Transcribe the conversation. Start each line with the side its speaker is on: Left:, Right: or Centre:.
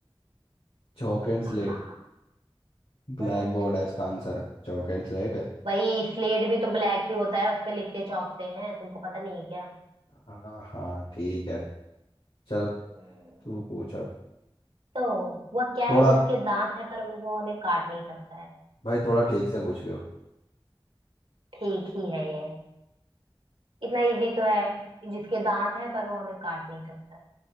Left: Chalk
Right: <laughs>
Left: and slate ब्लैक
Right: हम्म
Left: बोर्ड है इसका आंसर चौक एंड स्लेट है।
Right: वही स्लेट भी तो ब्लैक ही होता है उस पे लिखते चौक से हैं तुमको पता नहीं है क्या
Left: हाँ हाँ ठीक है चल
Right: हम्म
Left: तू पूछ अब
Right: तो वह क्या
Left: थोड़ा
Right: है जिसके दांत है पर वो हमें काट नहीं सकता है
Left: भाई थोड़ा ठीक से पूछियो
Right: ठीक ही है ये इतना इजी तो है जिसके दांत है पर वो हमें काट नहीं सकता है